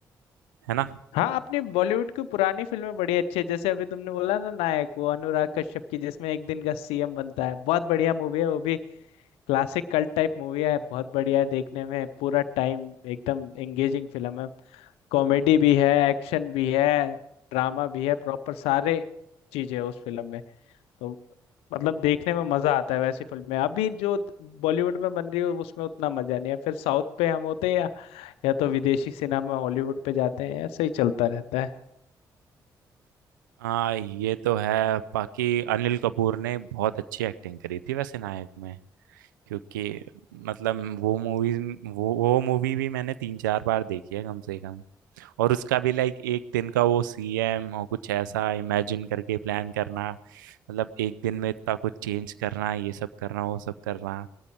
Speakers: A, on the right (about 80°); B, on the left (about 70°).
A: है ना
B: हाँ अपनी बॉलीवुड की पुरानी फिल्में बड़ी अच्छी है जैसे अभी तुमने बोला ना नायक वो अनुराग कश्यप की जिसमें एक दिन का सीएम बनता है बहुत बढ़िया मूवी है वो भी क्लासिक कल्ट टाइप मूवी है बहुत बढ़िया है देखने में पूरा टाइम एकदम एंगेजिंग फिल्म है कॉमेडी भी है एक्शन भी है ड्रामा भी है प्रॉपर सारे चीजें उस फिल्म में तो मतलब देखने में मजा आता है वैसी फिल्म में अभी जो बॉलीवुड में बन रही है उसमें उतना मजा नहीं है फिर साउथ पे हम होते हैं या, या तो विदेशी सिनेमा हॉलीवुड पे जाते हैं ऐसे ही चलता रहता है
A: हाँ ये तो है बाकी अनिल कपूर ने बहुत अच्छी एक्टिंग करी थी वैसे नायक में क्योंकि मतलब वो मूवी वो वो मूवी भी मैंने तीन चार बार देखी है कम से कम और उसका भी लाइक एक दिन का वो सीएम और कुछ ऐसा इमेजिन करके प्लान करना मतलब एक दिन में इतना कुछ चेंज करना ये सब करना वो सब करना